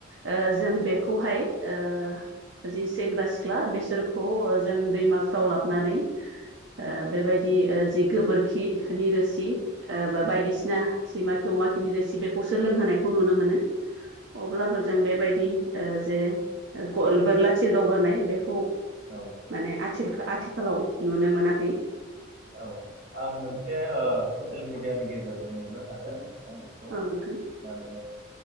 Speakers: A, on the right; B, on the right.
A: ओ जों बेखौहाय ओ जि सेंग्रा सिख्ला बेसोरखौ ओ जों दैमाफ्राव लाबनानै ओ बेबायदि ओ जि गोबोरखिनि रोसि ओ बा बायदिसिना सैमा खि अमा खिनि रोसि बेखौसो लोंहोनायखौ नुनो मोनो। अब्लाबो जों बेबायदि ओ जे बोरला थिर गावगारनाय बेखौ
B: औ।
A: माने आथिल आथिखालाव नुनो मोनाखै।
B: औ आं मोनसे ओ ससियेल मिडियानि गेजेरजों नुनो हादों नोंथां बेखौ
A: औ नोंथां।
B: माने